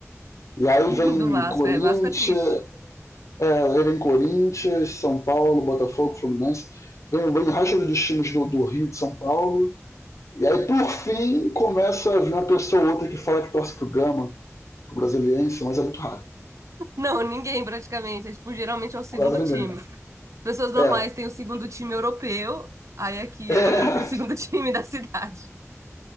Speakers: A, on the left (about 80°); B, on the right (about 75°).
A: E aí
B: <laughs>
A: vem
B: do Vasco.
A: Corinthians,
B: É, Vasco é triste.
A: é, aí vem Corinthians, São Paulo, Botafogo, Fluminense. Vem, vem o resto dos times do, do Rio de São Paulo. E aí, por fim, começa a vir uma pessoa ou outra que fala que torce pro Gama, pro Brasiliense, mas é muito raro.
B: Não, ninguém praticamente. É, tipo, geralmente é o segundo
A: Quase ninguém.
B: time. As pessoas normais
A: É.
B: têm o segundo time europeu, aí aqui
A: <laughs>
B: a galera tem o segundo <laughs> time da cidade.